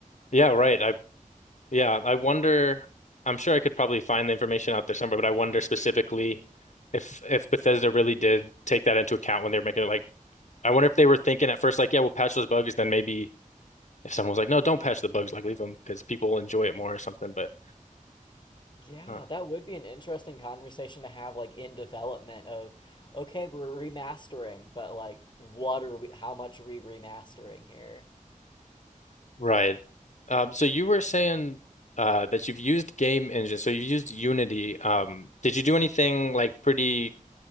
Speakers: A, on the left; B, on the left.
A: Yeah, right. I yeah, I wonder I'm sure I could probably find the information out there somewhere, but I wonder specifically if if Bethesda really did take that into account when they were making it like I wonder if they were thinking at first like, yeah, we'll patch those bugs, then maybe if someone was like, no, don't patch the bugs, like leave them because people will enjoy it more or something, but
B: Yeah,
A: uh,
B: that would be an interesting conversation to have like in development of okay, we're remastering, but like what are we how much are we remastering here?
A: right. Um, so you were saying uh that you've used game engine, so you've used Unity. Um, did you do anything like pretty